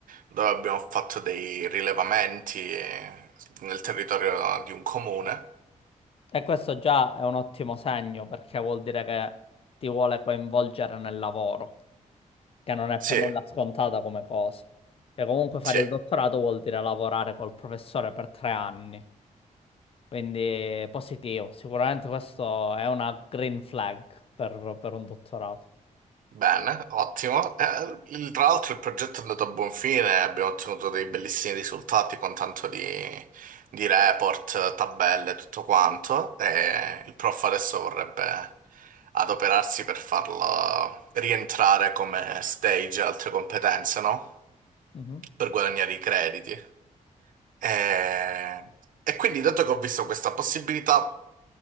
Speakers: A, on the right; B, on the left.
A: dove abbiamo fatto dei rilevamenti eh, nel territorio di un comune.
B: E questo già è un ottimo segno perché vuol dire che ti vuole coinvolgere nel lavoro, che non è
A: Sì,
B: per nulla scontata come cosa. E comunque fare
A: sì.
B: il dottorato vuol dire lavorare col professore per tre anni. Quindi positivo, sicuramente questo è una green flag per, per un dottorato.
A: Bene, ottimo. Eh, il- tra l'altro il progetto è andato a buon fine, abbiamo ottenuto dei bellissimi risultati con tanto di, di report, tabelle, tutto quanto. E il prof adesso vorrebbe adoperarsi per farlo rientrare come stage e altre competenze, no?
B: Mhm.
A: Per guadagnare i crediti. E, e quindi, dato che ho visto questa possibilità,